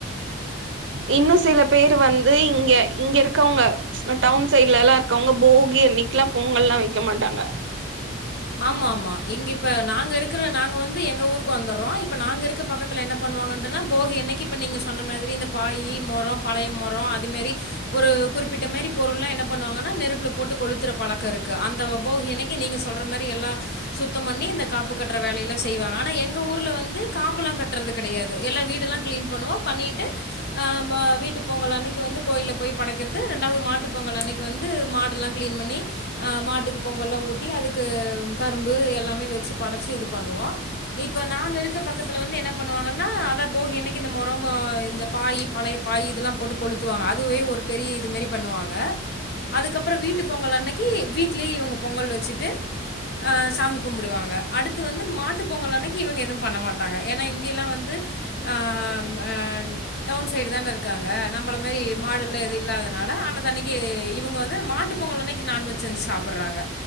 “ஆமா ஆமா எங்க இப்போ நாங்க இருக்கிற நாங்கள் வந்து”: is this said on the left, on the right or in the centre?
Left